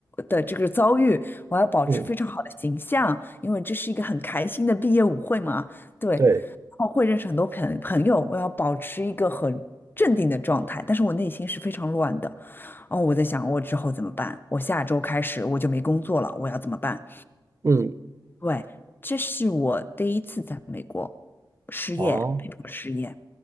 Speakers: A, on the left; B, on the right.
A: 的这个遭遇，我要保持非常好的形象，
B: 嗯，
A: 因为这是一个很开心的毕业舞会嘛，对。
B: 对，
A: 然后会认识很多朋朋友，我要保持一个很镇定的状态，但是我内心是非常乱的。哦，我在想我之后怎么办？我下周开始我就没工作了，我要怎么办？
B: 嗯，
A: 对，这是我第一次在美国失业，
B: 哦，
A: 被迫失业。